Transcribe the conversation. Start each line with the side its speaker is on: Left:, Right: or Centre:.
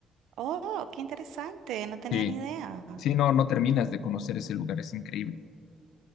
Right: Oh, qué interesante. No tenía
Left: Sí,
Right: ni idea.
Left: sí, no, no terminas de conocer ese lugar, es increíble.